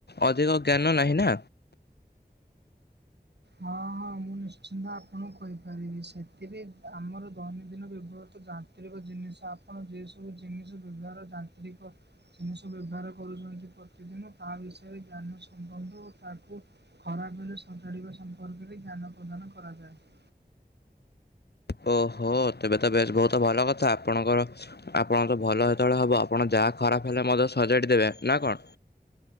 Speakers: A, on the left; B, on the right.
A: ଅଧିକ ଜ୍ଞାନ ନାହିଁ ନା।
B: ହଁ ହଁ। ମୁଁ ନିଶ୍ଚିନ୍ତ ଆପଣଙ୍କୁ କହିପାରିବି। ସେଥିରେ ଆମର ଦୈନନ୍ଦିନ ବ୍ୟବହୃତ ଯା ନ୍ତ୍ରିକ ଜିନିଷ। ଆପଣ ଯେ ସବୁ ଜିନିଷ ଦୁନିଆ ର ଯାନ୍ତ୍ରିକ ଜିନିଷ ବ୍ୟବହାର କରୁଛନ୍ତି ପ୍ରତିଦିନ ତା ବିଷୟରେ ଜ୍ଞାନ ସମ୍ବନ୍ଧ ଓ ତାକୁ ଖରାପ ହେଲେ ସଜାଡିବା ସମ୍ପର୍କରେ ଜ୍ଞାନ ପ୍ରଦାନ କରାଯାଏ।
A: ଓହୋ। ତେବେ ତ ବେଶ ବହୁତ ଭଲ କଥା। ଆପଣଙ୍କର ଆପଣଙ୍କ ତ ଭଲ ହେତେବେଳେ ହବ ଆପଣ ଯାହା ଖରାପ ହେଲେ ମଧ୍ୟ ସଜାଡ଼ି ଦେବେ। ନା କଣ?